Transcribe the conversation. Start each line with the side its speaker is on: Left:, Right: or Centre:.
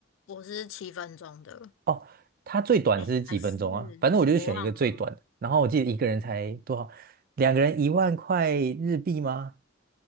Left: 我是七分钟的，
Right: 哦，它最短是几分钟啊？
Left: 哎，还是
Right: 反正我就是选一个最短的。
Left: 我忘了。
Right: 然后我记得一个人才多少，两个人一万块日币吗？